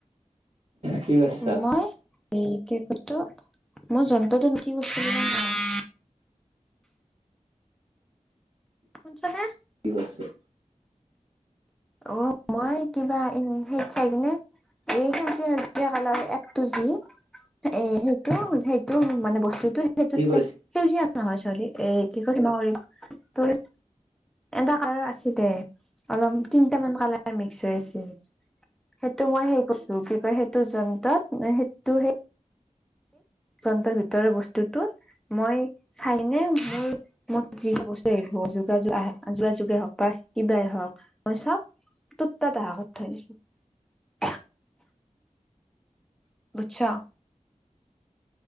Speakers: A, on the right; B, in the centre.
A: কি কৈছা
B: <unintelligible> মোৰ যন্ত্ৰটোন কি কৰিছিলোঁ জান? শুনিছানে?
A: কি কৰচে?
B: অ' মই কিবা সেইত চাই কিনে। এই সেউজীয়া সেউজীয়া কালাৰ এপটো যে এ সেইটো সেইটো মানে বস্তুতো সেইটোত
A: কি কৰিছে
B: চাগ সেউজীয়া নহয় চৰি। এই <unintelligible> তোৰ এটা কালাৰ আছিলে অলপ। তিনটা মন কালাৰ মিক্স হৈ আছে। সেইটো মই সেই কৰছো কি কয় সেইটো যন্ত্ৰত সেইটো সেই যন্ত্ৰৰ ভিতৰৰ বস্তুটোত মই চাই কেনে মোৰ মই যি বস্তু যোগাযোগ আহা, যোগাযোগে হওক বা কিবাই হওঁক। মই চব ত'ত <unintelligible> থৈ দিছো। বুজছা?